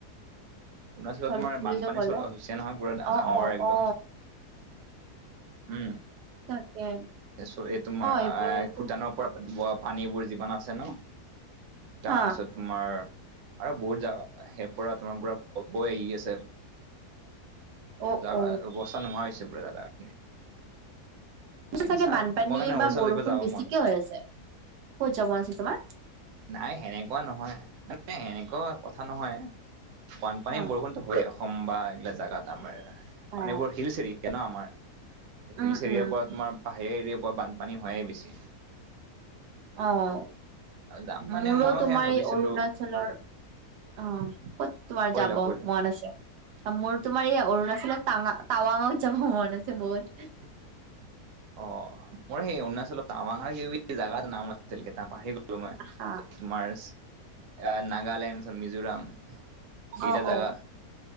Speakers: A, on the right (about 60°); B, on the right (about 85°).
A: অৰুণাচলত
B: চল
A: তোমাৰ
B: বুলি
A: বানপানী
B: যে ক'লা
A: চল- হৈছে নহয়, পুৰা ডা-
B: অ
A: ডাঙৰ
B: অ
A: একদম।
B: অ
A: উম।
B: তাকে
A: এ ছো এই তোমাৰ অ'-
B: এইবোৰ কিন্তু
A: ভূটানৰ পৰা বোৱা পানীবোৰ যিমান আছে ন' টান
B: হা
A: আছে তোমাৰ আৰু বহুত যা- সেইপৰা তোমাৰ পুৰা বৈ আহি আছে।
B: অ
A: জাগা-
B: অ
A: অৱস্থা নোহোৱা হৈছে পুৰা জাগাখিনি।
B: পিছে
A: এনে
B: চাগে
A: চাও
B: বানপানী
A: মই কাৰণে অৰুণাচল
B: বা বৰষুণ
A: যাব
B: বেছিকে
A: মন আছিল
B: হৈ আছে। ক'ত যাব আছিল তোমাৰ?
A: নাই, সেনেকুৱা নহয়। মানে সেনেকুৱা কথা নহয়। বানপানী
B: অ
A: বৰষুণতো হয়ে অসম বা এইগিলা জেগাত আমাৰ। মানে
B: অ
A: এইবোৰ হিলছ এৰিয়া ন' আমাৰ। তে হিলছ
B: উম
A: এৰিয়াৰ
B: উম
A: পৰা তোমাৰ পাহাৰীয়া এৰিয়াৰ পৰা বানপানী হয়ে বেছি।
B: অ'।
A: যাম মানে
B: মোৰো
A: ময়ো
B: তোমাৰ
A: সেয়া ভাবিছিলো
B: এই অৰুণাচলৰ অ' ক'ত তোমাৰ
A: কৈ
B: যাব
A: লোৱা কৈ লোৱা
B: মন আছে? মোৰ তোমাৰ এই অৰু ণাচলত টাঙা- টাৱাঙত যাব মন আছে বহুত।
A: অ' মোৰ সেই অৰুণাচলত টাৱাঙ <unintelligible> জাগাৰ নাম আছিল কেটা, পা তোমাৰ
B: আহা
A: তোমাৰছ এ নাগালেণ্ডছ মিজোৰাম সেইকেটা
B: অ
A: জাগা
B: অ